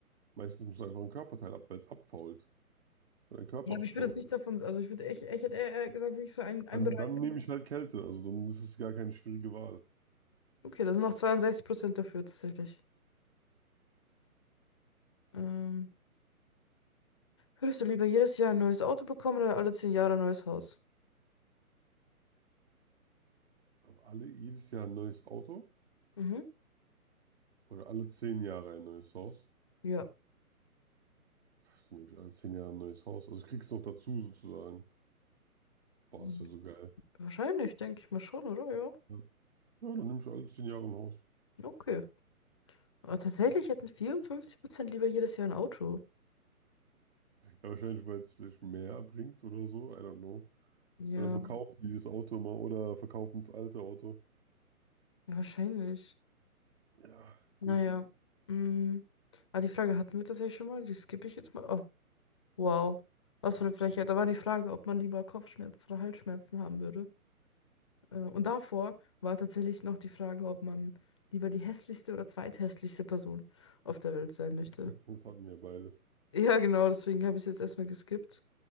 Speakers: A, on the right; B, on the left.
A: meistens musst du einfach einen Körperteil ab, weil es abfault, weil dein Körper
B: Ja, aber
A: abfault.
B: ich würde es nicht davon, also ich würde echt, ich hätte eher eher gesagt, wirklich so ein, ein
A: Dann,
B: Bereich.
A: dann nehme ich halt Kälte, also dann ist es gar keine schwierige Wahl.
B: Okay, da sind noch 62% dafür tatsächlich. Ähm, würdest du lieber jedes Jahr ein neues Auto bekommen oder alle zehn Jahre ein neues Haus?
A: Aber alle, jedes Jahr ein neues Auto
B: Mhm.
A: oder alle zehn Jahre ein neues Haus?
B: Ja.
A: Pff, dann nehme ich alle zehn Jahre ein neues Haus. Also ich krieg's noch dazu sozusagen. Boah,
B: Hm,
A: ist ja so geil.
B: Wahrscheinlich, denke ich mal schon, oder? Ja.
A: Ja. Ja, dann nehme ich alle zehn Jahre ein Haus.
B: Ja, Okay. Aber tatsächlich hätten 54% lieber jedes Jahr ein Auto.
A: Ja, wahrscheinlich, weil es vielleicht mehr bringt oder so. I don't know.
B: Ja,
A: Weil dann verkaufen die das Auto mal oder verkaufen das alte Auto.
B: wahrscheinlich.
A: Ja,
B: Naja.
A: gut.
B: Mm. Ah, die Frage hatten wir tatsächlich schon mal. Die skippe ich jetzt mal. Oh, wow. Was für eine Frechheit. Da war die Frage, ob man lieber Kopfschmerzen oder Halsschmerzen haben würde. Äh, und davor war tatsächlich noch die Frage, ob man lieber die hässlichste oder zweithässlichste Person auf der Welt sein möchte.
A: <laughs> Das hatten wir ja beides.
B: Ja, genau, deswegen habe ich es jetzt erstmal geskippt.